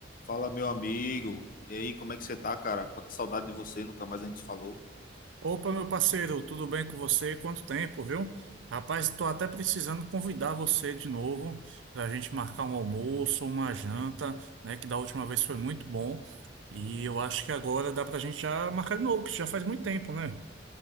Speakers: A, on the left; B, on the right.
A: Fala, meu amigo. E aí, como é que você tá, cara? Quanta saudade de você, nunca mais a gente falou.
B: Opa, meu parceiro, tudo bem com você? Quanto tempo, viu? Rapaz, estou até precisando convidar você de novo para a gente marcar um almoço, uma janta, né? Que da última vez foi muito bom. E eu acho que agora dá para a gente já marcar de novo, que já faz muito tempo, né?